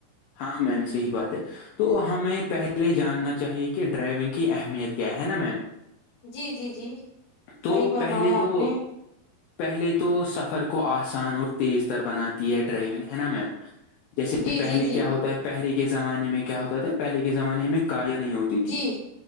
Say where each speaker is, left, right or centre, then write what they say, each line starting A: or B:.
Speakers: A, on the left; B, on the left.
A: ہاں میم صحیح بات ہے تو ہمیں پہلے جاننا چاہیے کہ ڈرائیونگ کی اہمیت کیا ہے نا میم
B: جی جی جی
A: تو
B: صحیح فرمایا
A: پہلے تو
B: آپ نے
A: پہلے تو سفر کو آسان اور تیز تر بناتی ہے ڈرائیونگ ہے نا میم جیسے
B: جی
A: پہلے
B: جی جی
A: کیا ہوتا ہے پہلے کے زمانے میں کیا ہوتا تھا پہلے کے زمانے میں گاڑیاں نہیں ہوتی تھی
B: جی